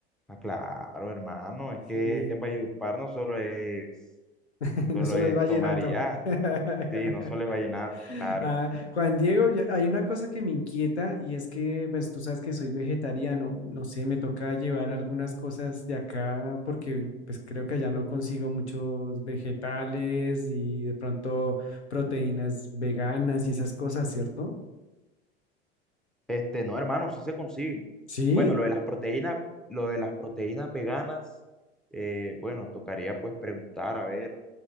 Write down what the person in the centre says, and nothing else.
Ah, claro, hermano, es
que en Valledupar no solo es,
solo
es
tomar y ya,
sí, no solo es vallenato, claro.
Este, no, hermano, sí se consiguen.
Bueno, lo de las proteínas, lo de las proteínas veganas, eh, bueno, tocaría pues preguntar, a ver,